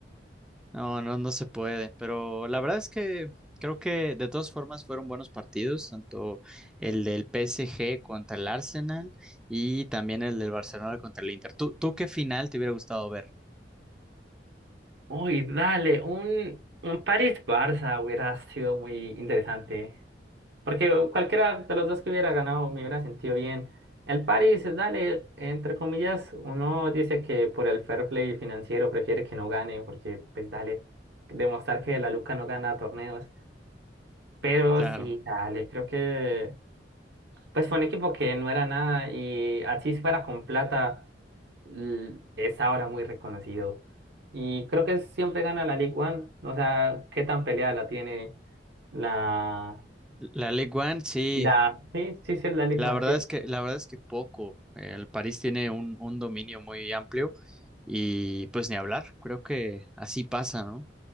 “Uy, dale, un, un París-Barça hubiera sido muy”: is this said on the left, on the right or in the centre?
Right